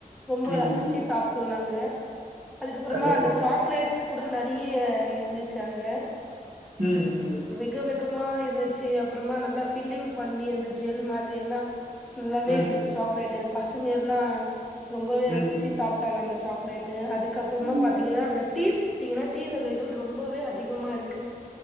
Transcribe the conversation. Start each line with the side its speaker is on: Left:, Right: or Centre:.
Centre: ரொம்ப
Right: ம்
Centre: ரசிச்சு
Right: ம்
Centre: சாப்ட்டோ நாங்க அதுக்கப்றோமா
Right: கண்டிப்பா
Centre: அந்த சாக்லேட் கூட நெறைய இருந்துச்சு அங்க
Right: ம் ம்
Centre: விக விகமா இருந்துச்சு அப்றோமா நல்லா பில்லிங் பண்ணி அந்த ஜெல் மாதிரி எல்லா நல்லாவே
Right: ம்
Centre: இருந்துச்சு சாக்லேட்டு் பசங்க எல்லா ரொம்பவே
Right: ம்
Centre: ரசிச்சு சாப் டாங்க அந்த சாக்லேடட்டு அதுக்கப்றோமா
Right: கண்டிப்பா
Centre: பாத்தீங்கன்னா அங்க டீ பாத்தீங்கன்னா டீ வகைகள் ரொம்பவே அதிகமா இருக்கு